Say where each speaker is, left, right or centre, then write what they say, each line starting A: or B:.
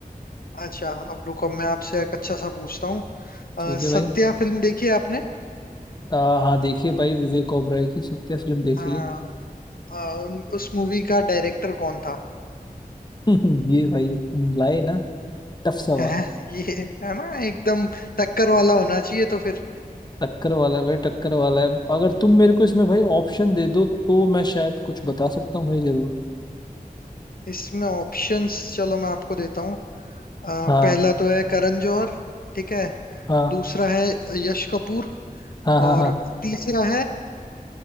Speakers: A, on the left (about 70°); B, on the left (about 25°).
A: अच्छा अब रुको मैं आपसे एक अच्छा सा पूछता हूँ अ,
B: ठीक है
A: सत्या
B: भाई
A: फिल्म देखी है आपने
B: आ, हाँ देखिए भाई विवेक ओबराय की सत्या फिल्म देखिए
A: अ, अ, उन, उस मूवी का डायरेक्टर कौन था
B: <laughs> ये भाई तुम लाए ना टफ सवाल
A: <laughs> है, ये है ना एकदम टक्कर वाला होना चाहिए तो फिर
B: टक्कर वाला है भाई टक्कर वाला है अगर तुम मेरे को इसमें भाई ऑप्शन दे दो तो मैं शायद कुछ बता सकता हूँ भाई जरूर
A: इसमें ऑप्शंस चलो मैं आपको देता हूँ अ,
B: हाँ
A: पहला तो है करण जौहर ठीक है
B: हाँ
A: दूसरा है यश कपूर
B: हाँ हाँ
A: और
B: हाँ
A: तीसरा है